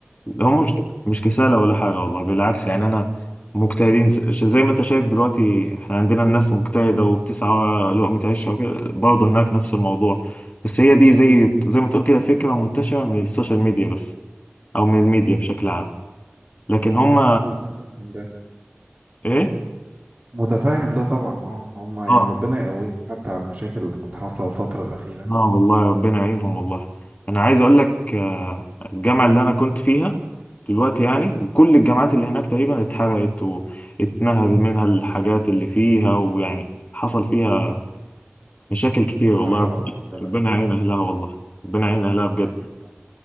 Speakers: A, on the left; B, on the right.
A: هم
B: مم.
A: مش مش كسالة ولا حاجة والله بالعكس يعني أنا مجتهدين ش- زي ما أنت شايف دلوقتي إحنا عندنا الناس مجتهدة وبتسعى لقمة عيشها وكده برضه هناك نفس الموضوع بس هي دي زي زي ما تقول كده فكرة منتشرة من السوشيال ميديا بس أو من الميديا بشكل عام لكن هم
B: متفهم ده
A: إيه؟
B: متفاهم ده طبعا اه هما
A: آه
B: يعني ربنا يقويهم حتى على المشاكل اللي كانت حاصلة في الفترة الأخيرة
A: اه والله ربنا يعينهم والله انا عايز اقول لك آه، الجامعه اللي انا كنت فيها دلوقتي يعني وكل الجامعات اللي هناك تقريبا اتحرقت واتنهب منها الحاجات اللي فيها ويعني حصل فيها مشاكل كتير والله
B: لا حول
A: ربنا
B: ولا قوة إلا
A: ربنا
B: بالله
A: يعين اهلها والله ربنا يعين اهلها بجد
B: آمين